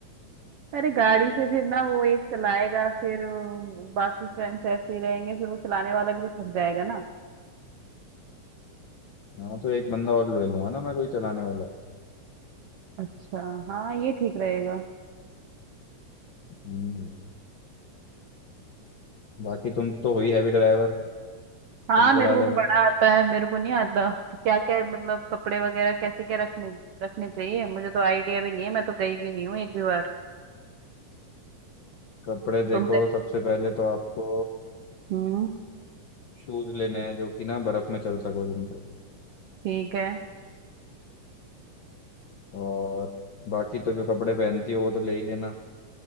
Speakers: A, on the right; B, on the left.
A: अरे गाड़ी से फिर ना वो एक चलाएगा फिर अ, बाकी फ्रेंड्स ऐसे ही रहेंगे फिर वो चलाने वाला भी तो थक जाएगा ना
B: हाँ तो एक बंदा और ले लूंगा ना मैं कोई चलाने वाला
A: अच्छा हाँ ये ठीक रहेगा
B: हम्म बाकी तुम तो हो ही हैवी ड्राइवर
A: हाँ
B: तुम
A: मेरे
B: चला
A: को
B: लेना
A: तो बड़ा आता है मेरे को नहीं आता तो क्या क्या मतलब कपड़े वगैरह कैसे क्या रखने रखने चाहिए मुझे तो आइडिया भी नहीं है मैं तो गई भी नहीं हूँ एक भी बार
B: कपड़े देखो
A: तुम गए
B: सबसे पहले तो आपको
A: हम्म
B: शूज लेने हैं जो कि ना बर्फ में चल सको जिनसे
A: ठीक है
B: और बाकी तो जो कपड़े पहनती हो वो तो ले ही लेना